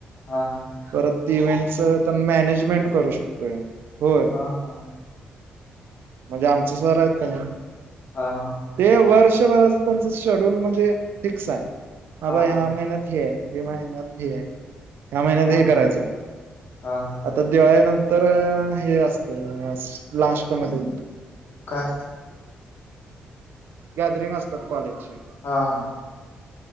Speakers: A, on the left; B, on the right.
A: ह हा.
B: परत ती इव्हेंटच मॅनेजमेंट
A: होय
B: करू
A: तू?
B: शकते, होय.
A: हां हां.
B: म्हणजे आमच सर आहेत का नाही.
A: हा हा.
B: ते वर्षभरस त्यांच शेड्यूल म्हणजे फिक्स आहे, बाबा
A: हां.
B: ह्या महिन्यात. ही आय महिन्यात हे आय या महिन्यात
A: हां.
B: हे करायचं,
A: हां हां.
B: आता दिवाळीनंतर हे असत, लास्टमध्ये.
A: काय?
B: गॅदरिंग असतात कॉलेजचे.
A: हा.